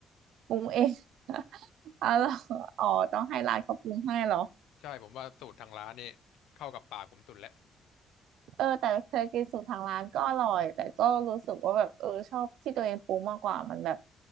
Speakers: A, on the right (about 80°); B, on the left (about 85°).
A: ปรุงเอง <laughs> อร่อยอ๋อต้องให้ร้านเขาปรุงให้เหรอ
B: ใช่ผมว่าสูตรทางร้านนี่เข้ากับปากผมสุดแล้ว
A: เออแต่เคยกินสูตรทางร้านก็อร่อยแต่ก็รู้สึกว่าแบบเออชอบที่ตัวเองปรุงมากกว่ามันแบบ